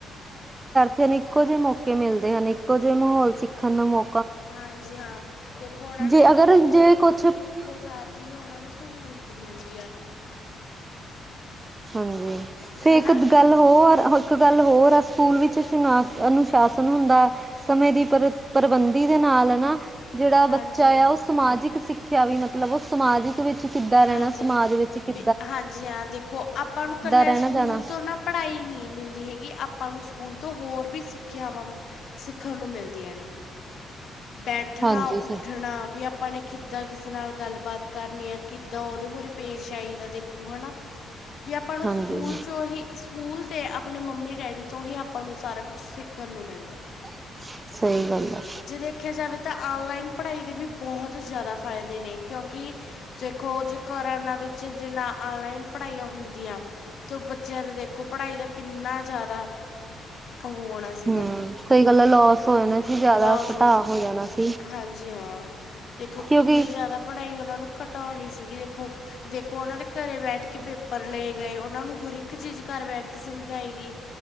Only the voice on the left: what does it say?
ਹਾਂਜੀ ਹਾਂ ਦੇਖੋ ਉਹਨਾਂ
ਨੂੰ ਇੱਕੋ
ਇੱਕੋ ਸਾਰ ਦੀ ਉਹਨਾਂ ਨੂੰ ਸਹੂਲਤ। ਸਹੂਲਤ ਮਿਲਦੀ ਆ
ਹੈ
ਨਾ
ਹਾਂਜੀ
ਹਾਂ
ਹਾਂਜੀ
ਹਾਂ
ਬ ਹਾਂਜੀ ਹਾਂ ਦੇਖੋ ਆਪਾਂ ਨੂੰ ਇਕੱਲੇ
ਸਕੂਲ
ਤੋਂ ਨਾ ਪੜ੍ਹਾਈ ਨਹੀਂ ਮਿਲਦੀ ਹੈਗੀ ਕਿ ਆਪਾਂ ਨੂੰ ਸਕੂਲ ਤੋਂ ਹੋਰ ਵੀ ਸਿੱਖਿਆਵਾਂ ਸਿੱਖਣ ਨੂੰ ਮਿਲਦੀਆਂ ਨੇ ਬੈਠਣਾ
ਉੱਠਣਾ ਵੀ ਆਪਾਂ ਨੇ ਕਿੱਦਾਂ ਕਿਸੇ ਨਾਲ ਗੱਲਬਾਤ ਕਰਨੀ ਹੈ ਕਿੱਦਾਂ ਉਹਦੇ ਮੁਰੇ ਪੇਸ਼ ਆਈਦਾ ਦੇਖੋ ਹੈ ਨਾ ਵੀ ਆਪਾਂ ਨੂੰ
ਸਕੂਲ ਹੀ ਸਕੂਲ ਆਪਣੇ ਮੰਮੀ ਡੈਡੀ ਤੋਂ ਹੀ ਆਪਾਂ ਨੂੰ ਸਾਰਾ ਕੁਛ ਸਿੱਖਣ ਨੂੰ ਮਿਲਦਾ
ਜੇ ਦੇਖਿਆ ਜਾਵੇ ਤਾਂ ਆਨਲਾਈਨ ਪੜ੍ਹਾਈ ਦੇ ਵੀ ਬਹੁਤ ਜ਼ਿਆਦਾ ਫਾਇਦੇ ਨੇ ਕਿਉਂਕਿ ਦੇਖੋ ਜੇ ਕਰੋਨਾ ਵਿੱਚ ਜਿ ਨਾ ਆਨਲਾਈਨ ਪੜ੍ਹਾਈਆਂ ਹੁੰਦੀਆਂ ਤਾਂ ਬੱਚਿਆਂ ਦੇ ਦੇਖੋ ਪੜ੍ਹਾਈ ਦਾ ਕਿੰਨਾ ਜ਼ਿਆਦਾ
ਉਹ ਹੋਣਾ ਸੀਗਾ
ਲੋਸ
ਹੋਣਾ
ਹਾਂਜੀ ਹਾਂ ਦੇਖੋ
ਕਿੰਨੀ ਜ਼ਿਆਦਾ ਪੜ੍ਹਾਈ ਉਹਨਾਂ ਨੂੰ ਘਟਾਉਣੀ ਸੀਗੀ ਦੇਖੋ ਦੇਖ ਉਹਨਾਂ ਦੇ ਘਰੇ ਬੈਠ ਕੇ ਪੇਪਰ ਲਏ ਗਏ ਉਹਨਾਂ ਨੂੰ ਹਰ ਇੱਕ ਚੀਜ਼ ਘਰ ਬੈਠ ਕੇ ਸਮਝਾਈ ਗਈ